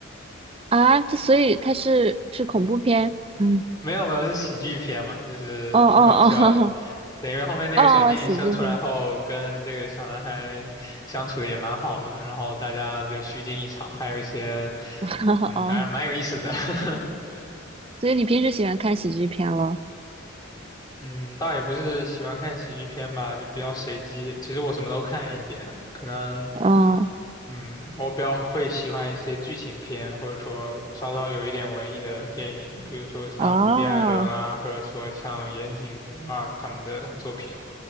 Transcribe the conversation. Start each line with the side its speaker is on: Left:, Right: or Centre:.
Right: 啊。这所以它是是恐怖片？嗯，
Left: 没有没有，是喜剧片嘛，就是挺搞笑的。
Right: 哦哦哦
Left: 对，因为后面那个小弟弟生出来后，
Right: <laughs> 哦，喜剧片。
Left: 跟这个小男孩相处的也蛮好嘛，然后大家就虚惊一场，还有一些，
Right: <laughs>
Left: 嗯，
Right: 哦，
Left: 反正蛮有意思的。<laughs>
Right: 所以你平时喜欢看喜剧片咯？
Left: 嗯，倒也不是喜欢看喜剧片吧，就比较随机。其实我什么都看一点，可能，
Right: 哦
Left: 嗯，我比较会喜欢一些剧情片，或者说稍稍有一点文艺的电影，比如说像伍迪·
Right: 哦，
Left: 艾伦啊，或者说像岩井俊二他们的作品。